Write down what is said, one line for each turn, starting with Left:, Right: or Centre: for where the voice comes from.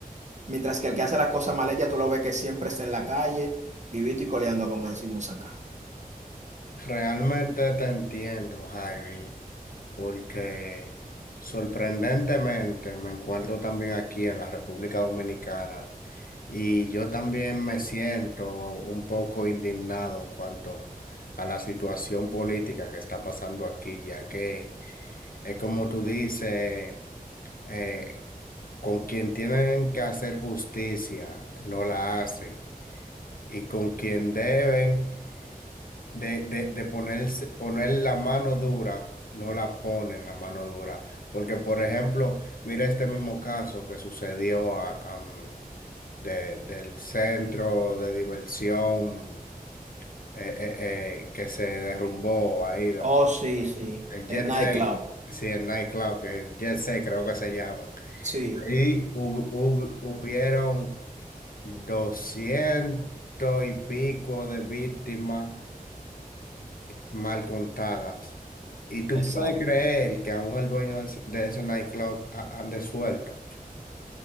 Right: mientras que el que hace la cosa mal ya tú lo ves que siempre está en la calle, vivito y coleando, como decimos acá.
Left: Realmente te entiendo, Javi, porque sorprendentemente me encuentro también aquí en la República Dominicana y yo también me siento un poco indignado en cuanto a la situación política que está pasando aquí, ya que es como tú dices. eh, con quien tienen que hacer justicia, no la hacen. Y con quien deben de, de, de ponerse, poner la mano dura, no la ponen la mano dura. Porque, por ejemplo, mira este mismo caso que sucedió a- am, de- del centro de diversión eh, eh, eh, que se derrumbó ahí, de-
Right: Oh, sí, sí.
Left: el Jet
Right: El nightclub.
Left: Set, sí, el nightclub, que Jet Set creo que se llaman.
Right: Sí,
Left: y hu- hu- hubieron doscientos y pico de víctimas mal contadas. Y tú
Right: exacto.
Left: puedes creer que aún el dueño de ese de ese nightclub a- ande suelto.